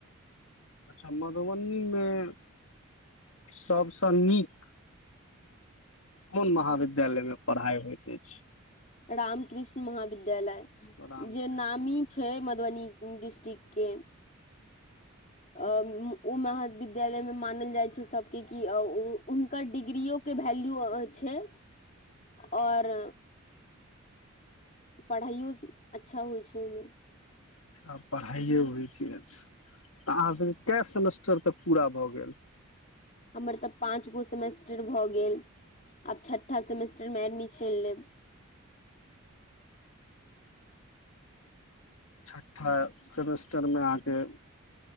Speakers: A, on the left; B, on the left.
A: अच्छा मधुबनी नमे सभसँ नीक कोन महाविद्यालय मे पढ़ाइ होइत अछि
B: रामकृष्ण महाविद्यालय
A: रामकृष्ण
B: जे नामी
A: महाविद्यालय
B: छै मधुबनी डिस्ट्रिक्ट के अ ओ महा विद्यालय मे मानल जाइ छै सबके कि हुनकर डिग्रियो के वैल्यू छै आओर पढ़ाइओ अच्छा होइ छै ओहिमे
A: आब पढ़ाइए होइत छै अच्छा तऽ अहाँसब के कए सेमेस्टर तक पूरा भऽ गेल
B: हमर तऽ पाँच गो सेमेस्टर भऽ गेल आब छठा सेमेस्टर मे एडमी शन लेब
A: छठा सेमेस्टर मे अहाके